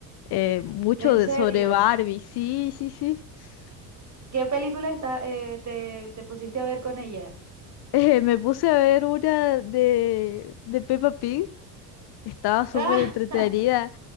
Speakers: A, on the left; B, on the right.
A: Eh, mucho
B: ¿En
A: de,
B: serio?
A: sobre Barbie, sí, sí, sí. <laughs>
B: ¿Qué película está- eh, te, te pusiste a ver con ella?
A: Eh, me puse a ver una de, de Peppa Pig, que estaba súper
B: <laughs>
A: entretenida.
B: Ah,